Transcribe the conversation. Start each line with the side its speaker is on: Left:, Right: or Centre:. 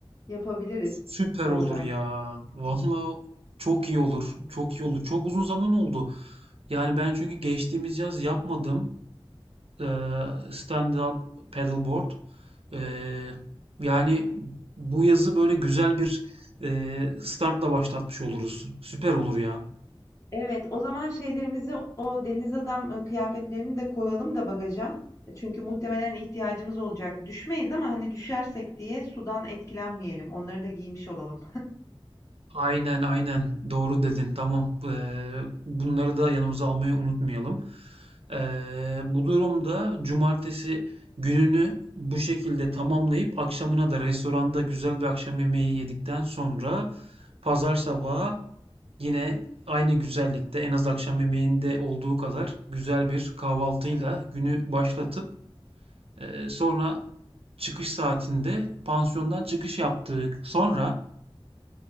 Left: yapabiliriz
Right: Süper
Left: orada.
Right: olur ya. Vallahi çok iyi olur. Çok iyi olur. Çok uzun zaman oldu. Yani ben çünkü geçtiğimiz yaz yapmadım eee stand-up paddleboard. Eee, yani bu yazı böyle güzel bir eee, startla başlatmış oluruz. Süper olur ya.
Left: Evet, o zaman şeylerimizi o deniz adam e, kıyafetlerini de koyalım da bagaja. Çünkü muhtemelen ihtiyacımız olacak. Düşmeyiz ama hani düşersek diye sudan etkilenmeyelim. Onları da giymiş olalım.
Right: Aynen aynen doğru dedin tamam Eee, bunları da yanımıza almayı unutmayalım. Eee, bu durumda cumartesi gününü bu şekilde tamamlayıp akşamına da restoranda güzel bir akşam yemeği yedikten sonra pazar sabahı yine aynı güzellikte en az akşam yemeğinde olduğu kadar güzel bir kahvaltıyla günü başlatıp eee, sonra çıkış saatinde pansiyondan çıkış yaptık. Sonra